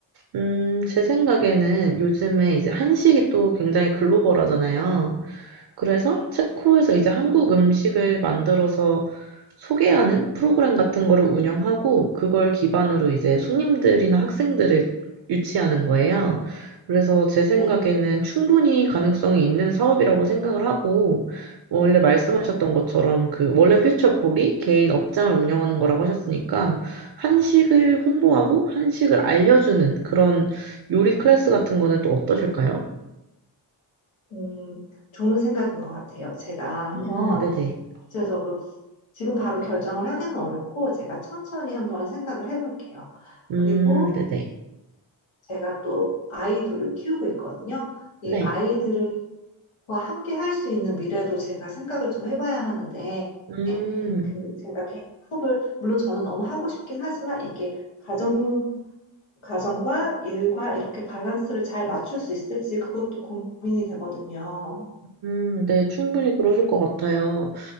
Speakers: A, on the right; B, on the left.
A: 음, 제 생각에는 요즘에 이제 한식이 또 굉장히 글로벌하잖아요. 그래서
B: 네.
A: 체코에서 이제 한국 음식을 만들어서 소개하는 프로그램 같은 거를 운영하고 그걸 기반으로 이제 손님들이나 학생들을 유치하는 거예요. 그래서 제 생각에는
B: 네,
A: 충분히 가능성이 있는 사업이라고 생각을 하고 원래 말씀하셨던
B: 네네.
A: 것처럼 그 원래 퓨처콜이 개인 업장을 운영하는 거라고 하셨으니까 한식을
B: 네.
A: 홍보하고 한식을 알려주는 그런 요리 클래스 같은 거는 또 어떠실까요?
B: 음, 좋은 생각인 것 같아요. 제가 한번
A: 음, 네네.
B: 구체적으로 지금 바로 결정을 하기는 어렵고 제가 천천히 한번 생각을 해볼게요.
A: 음,
B: 그리고
A: 네네.
B: 제가 또 아이 둘을 키우고 있거든요. 이
A: 네.
B: 아이들을 와, 함께 할 수 있는 미래도 제가 생각을 좀 해봐야 하는데,
A: 음,
B: 그, 제가 개인 사업을, 물론 저는 너무 하고 싶긴 하지만, 이게 가정, 가정과 일과 이렇게 밸런스를 잘 맞출 수 있을지 그것도 고민이 되거든요.
A: 음, 네, 충분히 그러실 것 같아요.